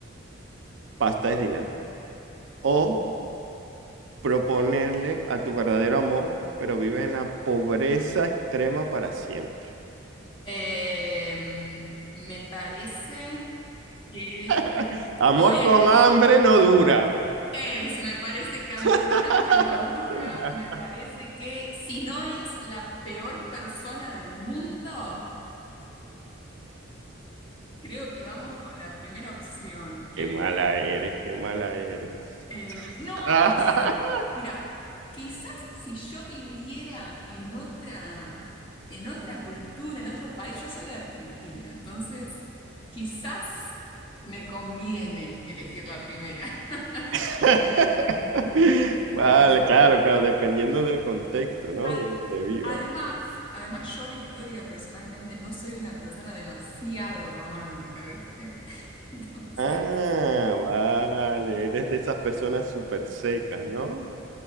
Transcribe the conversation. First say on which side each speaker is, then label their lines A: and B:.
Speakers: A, on the right; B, on the left.
A: Pasta es dinero. ¿O proponerle a tu verdadero amor, pero vives en la pobreza extrema para siempre?
B: Eh, me parece que
A: <laughs> Amor
B: voy a
A: con
B: elegir
A: hambre no dura.
B: es, me parece que amor
A: <laughs>
B: con hambre no dura, me parece que si no es la peor persona del mundo, creo que vamos con la primera opción.
A: Qué
B: Eh,
A: mala eres, qué mala eres.
B: eh, no,
A: <laughs>
B: ¿qué, Mira, quizás si yo viviera en otra, en otra cultura, en otro país, yo soy de Argentina, entonces quizás me conviene elegir la primera. <laughs>
A: <laughs> Vale,
B: Mm,
A: claro, claro, dependiendo del contexto, ¿no?
B: Ad-
A: De donde vivas.
B: además, además yo, Victoria, personalmente no soy una persona demasiado romántica, ¿viste? <laughs> Entonces,
A: Ah, vale, eres de esas personas súper secas, ¿no?